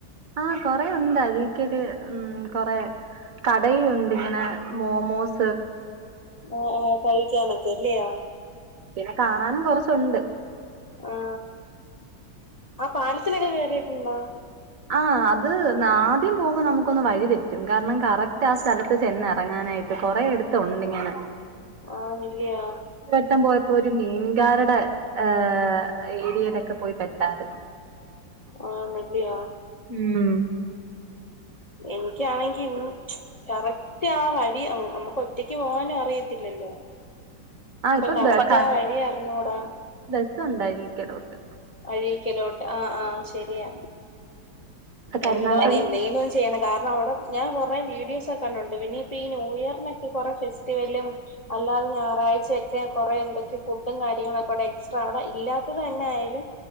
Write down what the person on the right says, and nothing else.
ആ കൊറെയുണ്ട് അഴിക്കല് മ് കൊറെ കടയുംണ്ട് ഇങ്ങനെ മോമോസ്
പിന്നെ കാണാനും കൊറച്ചുണ്ട്
ആ അത് ന്നാദ്യം പോകുമ്പോൾ നമുക്കൊന്ന് വഴി പറ്റും കാരണം കറക്റ്റ് ആ സ്ഥലത്ത് ചെന്നിറങ്ങാനായി കൊറെ എടുത്തുണ്ട് ഇങ്ങൻ
വട്ടം പോയപ്പോ ഒരു മീൻ ക്കാരുടെ ഹേ ഏരിയയിലൊക്കെ പോയി പെട്ടരുന്നു
ഉം
ആഹ്
ബസ്
ബസ് <unintelligible>
കരുനാപ്പള്ളി